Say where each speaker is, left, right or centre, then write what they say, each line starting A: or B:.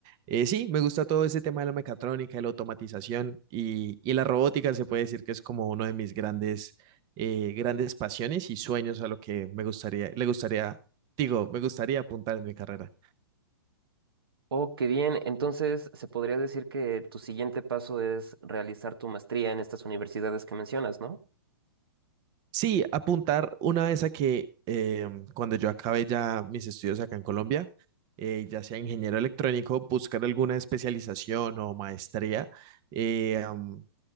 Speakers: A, on the right (about 30°); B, on the right (about 80°).
A: Eh, sí, me gusta todo ese tema de la mecatrónica, de la automatización y, y la robótica se puede decir que es como uno de mis grandes, eh, grandes pasiones y sueños a lo que me gustaría, le gustaría, digo, me gustaría apuntar en mi carrera.
B: Oh, qué bien. Entonces, se podría decir que tu siguiente paso es realizar tu maestría en estas universidades que mencionas, ¿no?
A: Sí, apuntar una vez a que eh, cuando yo acabe ya mis estudios acá en Colombia, eh, ya sea ingeniero electrónico, buscar alguna especialización o maestría eh, am,